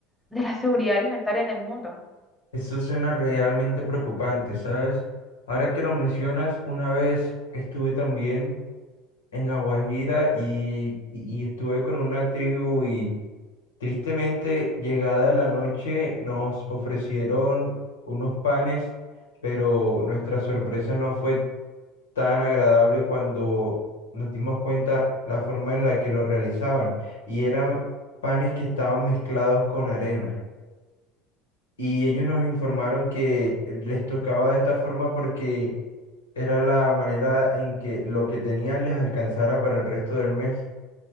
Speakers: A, in the centre; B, on the left.
A: de la seguridad alimentaria en el mundo.
B: Eso suena realmente preocupante, ¿sabes? Ahora que lo mencionas, una vez estuve también en La Guajira y, y- y estuve con una tribu y tristemente llegada la noche nos ofrecieron unos panes, pero nuestra sorpresa no fue tan agradable cuando nos dimos cuenta la forma en la que lo realizaban y eran panes que estaban mezclados con arena. Y ellos nos informaron que les tocaba de esta forma porque era la manera en que lo que tenían les alcanzara para el resto del mes.